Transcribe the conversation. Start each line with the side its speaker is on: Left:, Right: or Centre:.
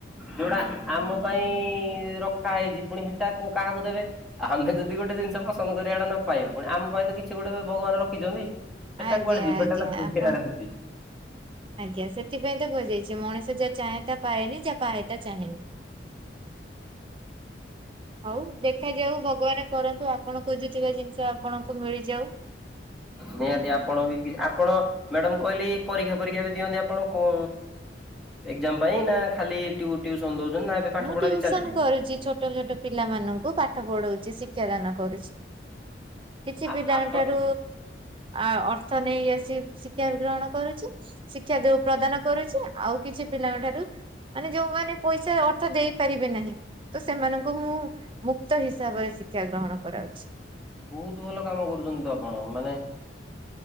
Centre: ଯୋଉଟା ଆମ ପାଇଁ ରଖା ହେଇଛି ପୁଣି ହେଟା କୁ କାହାକୁ ଦେବେ? ଆମେ ଯଦି ଗୋଟେ ଜିନିଷ ପସନ୍ଦ କରିବାଟା ନ ପାଇବା ପୁଣି ଆମ ପାଇଁ ତ କିଛି ଗୋଟେ ଭଗବାନ ରଖିଛନ୍ତି। ସେଟା
Right: ଆଜ୍ଞା
Centre: କୁଆଡେ ଯିବଟା
Right: ଆଜ୍ଞା
Centre: ତ ହେଉଛି
Right: ଆପଣ ଆଜ୍ଞା ସେଥିପାଇଁ ତ କୁହାଯାଇଛି ମଣିଷ ଯାହା ଚାହେଁ ତା ପାଏନି ଯାହା ପାଏ ତା ଚାହେଁନି।
Centre: <inaudible>
Right: ହଉ ଦେଖାଯାଉ ଭଗବାନ କରନ୍ତୁ ଆପଣ ଖୋଜୁଥିବା ଜିନିଷ ଆପଣଙ୍କୁ ମିଳିଯାଉ।
Centre: ନିହାତି ଆପଣ ବି ଆ ପଣ ମ୍ୟାଡାମ କହିଲେ ପରୀକ୍ଷା ପରୀକ୍ଷା ବି ଦିଅନ୍ତି ଆପଣ କ ଏକ୍ଜାମ ପାଇଁ ନା ଖାଲି ଟିଉସନ ଦଉଛନ୍ତି ନା ଏବେ ପାଠ
Right: ମୁଁ
Centre: ପଢା
Right: ଟ୍ୟୁସନ
Centre: ବି ଚାଲିଛି।
Right: କରୁଛି ଛୋଟ ଛୋଟ ପିଲାମାନଙ୍କୁ ପାଠ ପଢଉଛି ଶିକ୍ଷାଦାନ କରୁଛି। କିଛି
Centre: ଆ
Right: ପିଲାଙ୍କ
Centre: ଆପଣ
Right: ଠାରୁ ଅର୍ଥ ନେଇ ଆସି ଶିକ୍ଷା ଗ୍ରହଣ କରୁଛି। ଶିକ୍ଷା ଦଉ ପ୍ରଦାନ କରୁଛି ଆଉ କିଛି ପିଲାଙ୍କ ଠାରୁ ମାନେ ଯୋଉମାନେ ପଇସା ଅ ଦେଇପାରିବେ ନାହିଁ ତ ସେମାନଙ୍କୁ ମୁଁ ମୁକ୍ତ ହିସାବରେ ଶିକ୍ଷା ଗ୍ରହଣ କରାଉଛି।
Centre: ବହୁତ ଭଲ କାମ କରୁଛନ୍ତି ତ ଆପଣ ମାନେ